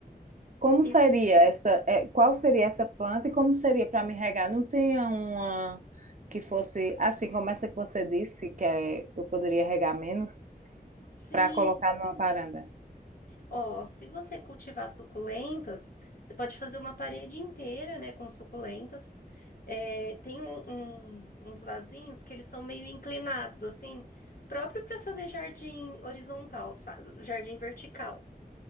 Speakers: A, on the right; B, on the left.
A: Como
B: Isso.
A: seria
B: é,
A: essa, é, qual seria essa planta e como seria para me regar? Não tinha uma que fosse assim como essa que você disse, que é, eu poderia regar menos
B: Sim.
A: para colocar numa varanda?
B: Ó, se você cultivar suculentas, você pode fazer uma parede inteira, né, com suculentas. É, tem um- um- uns vasinhos que eles são meio inclinados, assim, próprio para fazer jardim horizontal, sabe? Jardim vertical.